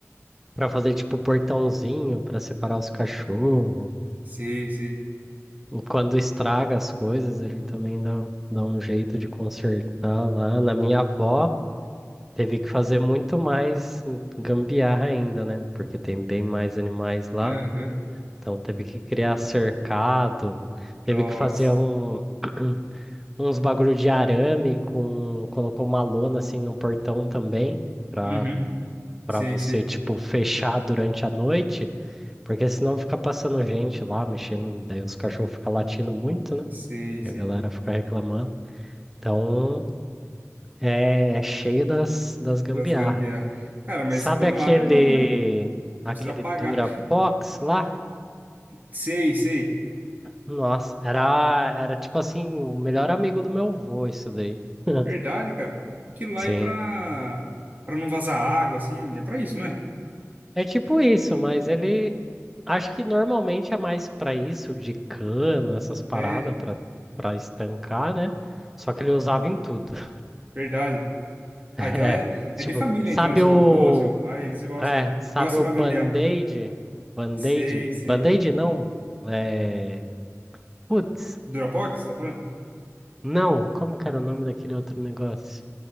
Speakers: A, in the centre; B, on the right.
A: pra fazer tipo portãozinho pra separar os cachorros.
B: Sei, sei.
A: E quando estraga as coisas, ele também dá, dá um jeito de consertar lá. Na minha avó, teve que fazer muito mais gambiarra ainda, né? Porque tem bem mais animais lá.
B: Aham.
A: Então teve que criar cercado,
B: Nossa.
A: teve que fazer um, <clears throat> uns bagulho de arame com, colocou uma lona assim no portão também, para
B: Uhum.
A: para
B: Sei,
A: você
B: sei.
A: tipo fechar durante a noite, porque senão fica passando gente lá mexendo, daí os cachorros ficam latindo muito, né?
B: Sei,
A: E
B: sei.
A: a galera fica reclamando. Então é, é cheio das, das gambiarra.
B: Das gambiarras. Cara, mas
A: Sabe
B: por
A: aquele
B: um lado é bom, né?
A: aquele
B: Não precisa pagar.
A: Durapox lá?
B: <laughs> Sei, sei.
A: Nossa, era, era tipo assim, o melhor amigo do meu avô, isso daí. <laughs>
B: Verdade, cara. Aquilo lá
A: Sim.
B: é pra, pra não vazar água, assim. É pra isso, não é?
A: É tipo isso, mas ele acho que normalmente é mais pra isso, de cano, essas paradas
B: É,
A: pra para estancar, né? Só que ele usava em tudo. <laughs>
B: verdade. Ah,
A: É,
B: então é,
A: tipo,
B: é de família,
A: sabe
B: então. Seu
A: o
B: avô, seu pai, eles gostam
A: é,
B: de,
A: sabe
B: gostam
A: o
B: de
A: Band-Aid?
B: uma gambiarra.
A: Band-Aid?
B: Sei, sei.
A: Band-Aid não. É, putz,
B: O Durapox, você tá falando?
A: não, como que era o nome daquele outro negócio?